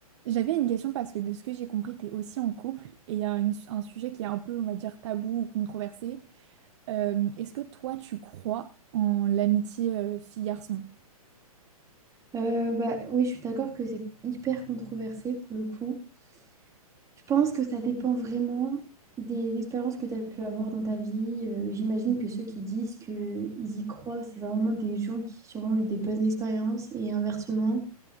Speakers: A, on the right; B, on the right.
A: J'avais une question parce que de ce que j'ai compris, t'es aussi en couple et il y a une- un sujet qui est un peu, on va dire, tabou ou controversé. Euh, est-ce que toi, tu crois en l'amitié euh, fille-garçon?
B: Euh, bah, oui, je suis d'accord que c'est hyper controversé pour le coup. Je pense que ça dépend vraiment des expériences que tu as pu avoir dans ta vie. Euh, j'imagine que ceux qui disent qu'ils y croient, c'est vraiment des gens qui sûrement ont eu des bonnes expériences et inversement.